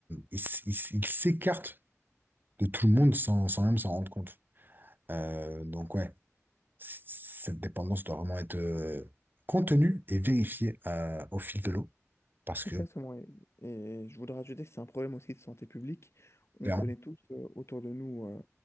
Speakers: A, on the right; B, on the left.
A: il, s- il s- il s'écarte de tout le monde sans, sans même s'en rendre compte. Euh, donc, ouais, c- cette dépendance doit vraiment être euh, contenue et vérifiée euh, au fil de l'eau. Parce que,
B: Exactement, et, et je voudrais ajouter que c'est un problème aussi de santé publique. On
A: clairement,
B: connaît tous euh, autour de nous euh,